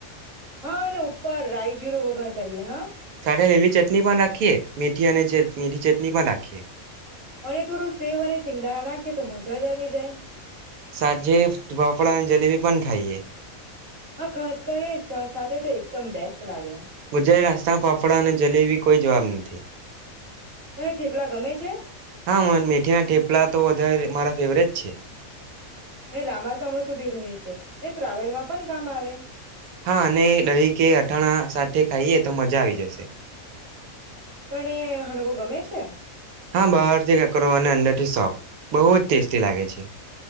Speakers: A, on the right; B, on the right.
A: હા અને ઉપર રાાયજીરુ વગર કરીએ હા.
B: સાથે લીલી ચટણી પણ રાખીએ મીઠી અને જર મીઠી ચટ નિ પણ નાખીએ.
A: અને તોરું સેવ અને સિંગદારણા નાખે તો મજા જ આવી જાય.
B: સાંજે ફફડા અને જલેબી પણ ખાઈએ.
A: હા ખાસ કરી ચા સાથે તો એકદમ બેસ્ટ. લાગે
B: મુજા આસ્ના ફાફડા અને જલેબી કોઈ જવાબ ની થી.
A: તને થેપલા ગમે છે
B: હા મન મેઠી ના ઠેપલા તો વધારે મારા ફેવરેટ છે.
A: ને લાંબા સમય સુધી રહે છે. તે ટ્રાવેલ માં પણ કામ આવે.
B: હા અને દહી કે અથાણા સા થે ખાઈએ, તો મજા આવી જશે.
A: તને હાણવો ગમે છે?
B: હા, બહાર થી કકરો અને અંદર <unintelligible> બહુજ ટેસ્ટી લાગે છે.